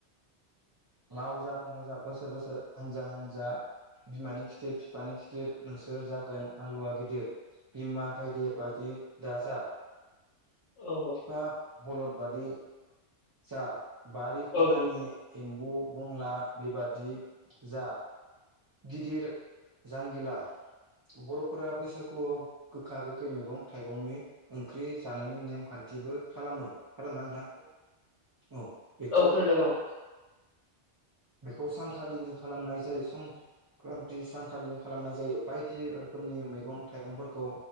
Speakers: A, on the right (about 30°); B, on the left (about 80°).
A: लाव जा फान्थाव जा बोसोर बोसोर हानजा हानजा बिमानि खिथेर बिफानि खिथिर नोंसोर जागोन हालुवा गिदिर बिमा गायदे बादि दाजा
B: औ
A: फिफा बलद बादि जा बारि खनानि
B: औ
A: एम्बु बंला बेबादि जा गिदिर जांगिला बर'फोरा बैसागुआव गोखा गोखै मैगं थाइगंनि ओंख्रि जानायनि नेमखान थिबो खालामो खालामना नोंथां औ बेखौ
B: खोनादों औ
A: बेखौ सानखालिनि खालामनाय जायो सं क्रान्ति सानखालिनो खालामनाय जायो बायदि रोखोमनि मैगं थाइगंफोरखौ